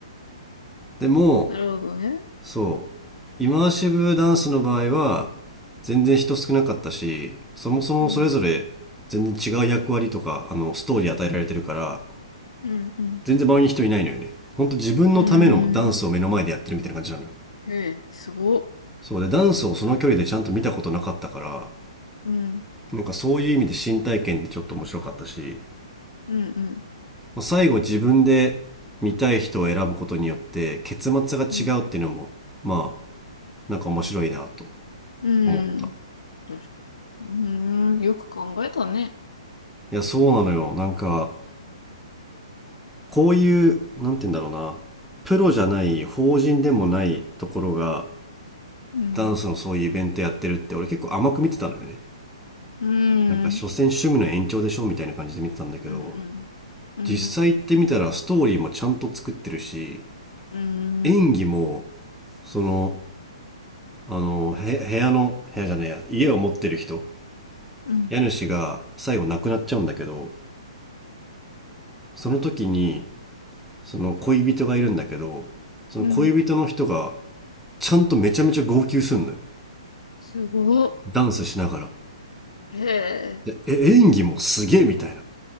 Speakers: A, in the centre; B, on the left.
A: でも、
B: <laughs> なるほどね。
A: そうイマーシブダンスの場合は全然人少なかったしそもそもそれぞれ全然違う役割とかあのストーリー与えられてるから
B: うん。うんうん。
A: 全然周りに人いないのよねほんと自分のためのダンスを目の前でやってるみたいな感じなのよ
B: うん。へえ、すごっ。
A: そうでダンスをその距離でちゃんと見たことなかったから
B: うん。
A: なんかそういう意味で新体験でちょっと面白かったし
B: うんうん。
A: まあ最後自分で見たい人を選ぶことによって結末が違うっていうのもまあなんか面白いなと
B: うん。う
A: 思った
B: ん。よしうーん。よく考えたね。
A: いやそうなのよなんかこういうなんて言うんだろうなプロじゃない法人でもないところが
B: うん。
A: ダンスのそういうイベントやってるって俺結構甘く見てたのよね
B: う
A: なんか所詮趣味の延長でしょみたいな感じで見てたんだけど
B: ん。うんうん。うん。
A: 実際行ってみたらストーリーもちゃんと作ってるし
B: うん。
A: 演技もそのあのへ部屋の部屋じゃねえや家を持ってる人
B: うん。
A: 家主が最後亡くなっちゃうんだけどその時にその恋人がいるんだけどその恋人の人が
B: うん。
A: ちゃんとめちゃめちゃ号泣すんのよ
B: すごっ。
A: ダンスしながら。
B: へえ。
A: でえ、演技もすげえみたいな。